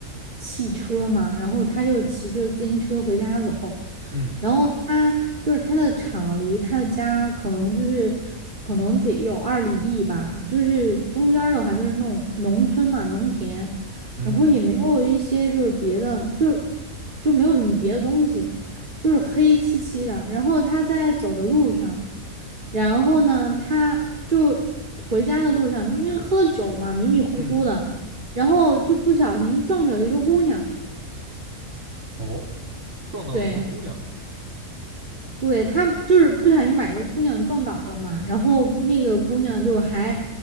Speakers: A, on the right; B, on the right.
A: 汽车嘛，然后他就骑着自行车回家走，
B: 嗯
A: 然后他就是他的厂离他的家可能就是可能得有二里地吧，就是中间儿的话就是那种农村嘛，农田，
B: 嗯
A: 然后也没有一些就是别的，就是就没有什么别的东西，就是黑漆漆的，然后他在走的路上。然后呢，他就回家的路上，因为喝了酒嘛，迷迷糊糊的，
B: 嗯，
A: 然后就不小心撞着了一个姑娘。
B: 哦，撞到了一个姑娘。
A: 对，对，他就是不小心把一个姑娘撞倒了嘛，然后那个姑娘就还